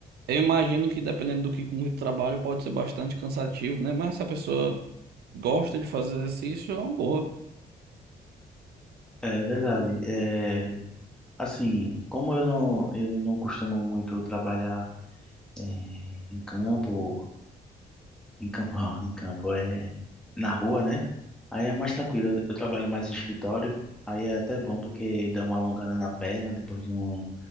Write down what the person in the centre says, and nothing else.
É verdade. É, assim, como eu não, eu não costumo muito trabalhar é, em campo Em campo, não, em campo é na rua, né? Aí é mais tranquilo. Eu, eu trabalho mais em escritório. Aí é até bom porque dá uma alongada na perna depois de um,